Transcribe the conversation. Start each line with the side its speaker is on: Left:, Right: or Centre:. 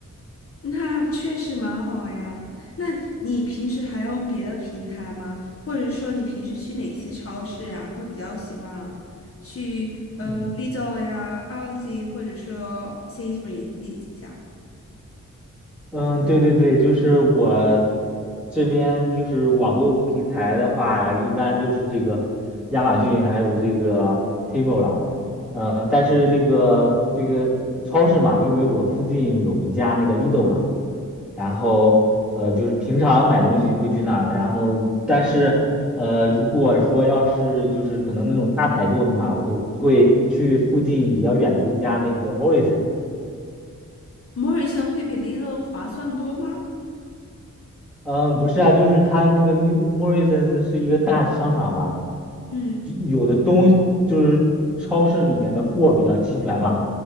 Left: 那确实蛮好呀。那你平时还用别的平台吗？或者说你平时去哪些超市呀？会比较喜欢去嗯
Centre: 嗯。
Left: Lidl 呀、Aldi 或者说 Sainsbury 那几家
Centre: 嗯，对对对，就是我这边就是网购平台的话，一般就是这个亚马逊还有这个 Temu 啦。嗯，但是这个这个超市嘛，因为我附近有一家那个 Lidl 嘛，然后呃就是平常买东西会去那儿，然后但是呃如果说要是就是可能那种大采购的话，我会我会去附近比较远的一家那个 m o r r i s o n
Left: ？Morrison 会比 Lidl 划算多吗？
Centre: 嗯，不是啊，就是他那个 Lin- Morrisons 是一个大商场嘛，
Left: 嗯。
Centre: 有的东就是超市里面的货比较齐全嘛。